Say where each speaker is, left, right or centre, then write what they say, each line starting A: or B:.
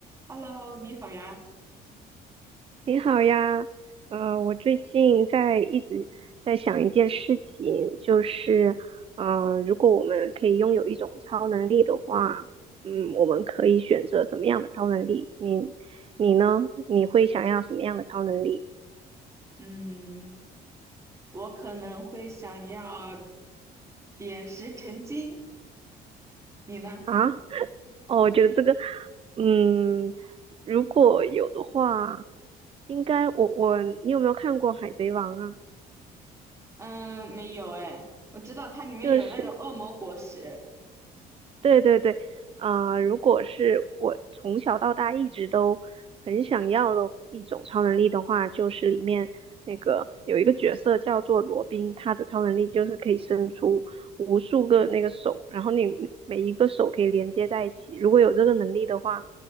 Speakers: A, on the right; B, on the right.
A: Hello，你好呀。
B: 你好呀，呃，我最近在一直在想一件事情，就是，呃，如果我们可以拥有一种超能力的话，嗯，我们可以选择怎么样的超能力？你，你呢？你会想要什么样的超能力
A: 嗯，我可能会想要点石成金，你呢？
B: 啊？哦，我觉得这个，嗯，如果有的话，应该我我你有没有看过《海贼王》啊？
A: 嗯，没有哎，我知道它里面有那种恶魔果实。
B: 就是。对对对，啊、如果是我从小到大一直都很想要的一种超能力的话，就是里面那个有一个角色叫做罗宾，他的超能力就是可以伸出无数个那个手，然后你每一个手可以连接在一起。如果有这个能力的话，